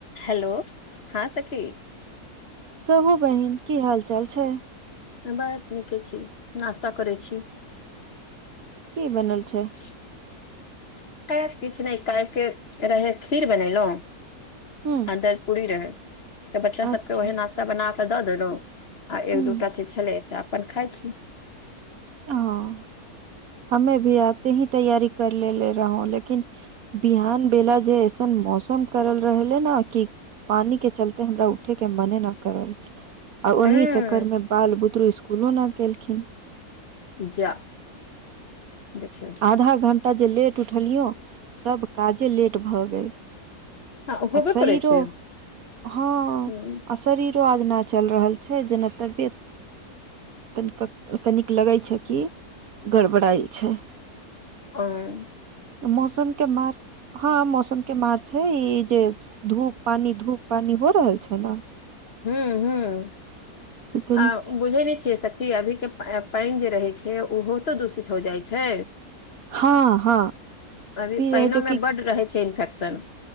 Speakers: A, on the left; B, on the right.
A: Hello हाँ सखी
B: कहू बहिन की हाल चाल छै
A: बस नीके छी नास्ता करे छी
B: कि बनल छै
A: <inaudible> <unintelligible> किछ नय काइलके रहे खीर बनेलो
B: हूँ
A: देल पूरी रहै तऽ बच्चा
B: अच्छा
A: सबके ओहे नाास्ता बनााक दऽ देलू आ
B: हूँ
A: एक दू टा चीज छलै से अपन खाइ छी
B: हँ हमे भी आते ही तैयारी कर ले ले रहौ लेकिन बिहान बेला जे ऐसन मौसम करल रहले ने कि पानी के चलते हमरा उठे के मने न करल आ ओहि
A: हूँ
B: चक्कर मे बाल बुतरू स्कुलो न गेलखिन
A: जा देखियो न
B: आधा घंटा जे लेट उठलियो सब काजे लेट भऽ गेल
A: हँ होबे
B: आ शरीरो
A: करै छै
B: हँ
A: हम्म,
B: आ शरीर रो आज ना चल रहल छै जेना तबियत तनिक्क कनिक लगै छै कि गड़बड़ायल छै
A: <unintelligible>
B: मौसम के माइर हँ मौसम के माइर छै है ई जे धूप पानी धूप पानी हो रहल छै न
A: हूँ हूँ
B: से तनी
A: आ बुझै नय छियै सखी खी अभी के पाइन जे रहै छै ओहो तो दूषित हो जाइ छै
B: हँ हँ
A: अभी पाइनो
B: है जो
A: मे
B: कि
A: बड रहै छै इन्फेक्शन